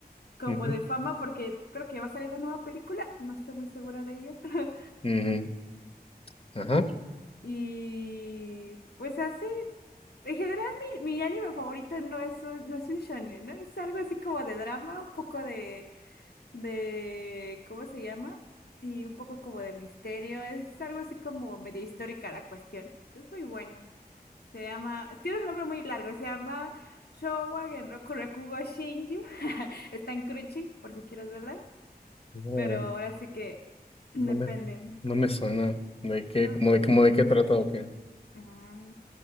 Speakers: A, on the left; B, on the left.
A: como
B: Ujú,
A: de fama porque creo que va a salir la nueva película. No estoy muy segura de ello. <laughs>
B: ujú. Ajá.
A: Y pues así, en general mi, mi anime favorito no es un, no es un shonen, ¿no? Es algo así como de drama, un poco de de, ¿cómo se llama? Y un poco como de misterio, es algo así como medio histórica la cuestión. Es muy bueno. Se llama, tiene un nombre muy largo, se llama Showa Genroku Rakugo Shinju. <laughs> Está en Crunchy, por si quieres verla,
B: Ok.
A: pero ahora sí que <clears throat> depende,
B: No me, no me suena. ¿De qué?
A: ¿no?
B: ¿Cómo de, cómo de qué trata o qué?
A: Ah,